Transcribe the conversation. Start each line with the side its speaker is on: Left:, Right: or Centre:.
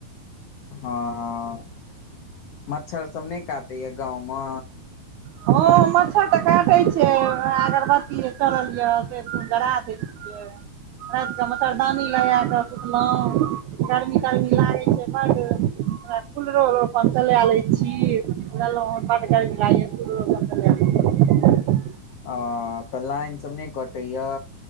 Left: हँ हंँ, मच्छरसभ नय काटैए गाँव म?
Right: हँ मच्छर तऽ काटै छै, अगरबत्तीये चलल य से जरा दै छियै। जे, राति कऽ मच्छरदानी लगै कऽ सुतलहुँ। गर्मी तर्मी लागै छै बड्ड। कुलरो आओर अपन चले लै छी लेलौं हन बड्ड गर्मी लागैये <inaudible>
Left: अ तऽ लाइन सब नय कटैय।